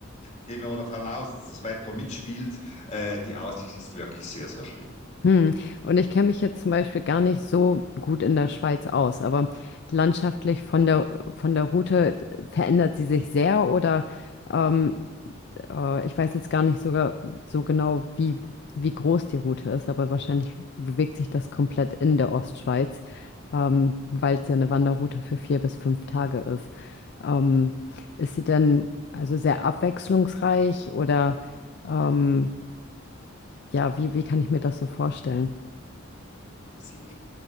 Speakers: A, on the left; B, on the left.
A: gehen wir mal davon aus, dass das Wetter mitspielt, äh, die Aussicht ist wirklich sehr, sehr schön.
B: Hm. Und ich kenne mich jetzt zum Beispiel gar nicht so gut in der Schweiz aus, aber landschaftlich von der, von der Route verändert sie sich sehr oder ähm, äh, ich weiß jetzt gar nicht sogar so genau, wie, wie groß die Route ist, aber wahrscheinlich bewegt sich das komplett in der Ostschweiz, ähm, weil es ja eine Wanderroute für vier bis fünf Tage ist. Ähm, ist sie denn also sehr abwechslungsreich oder ähm, ja, wie, wie kann ich mir das so vorstellen?
A: Sie,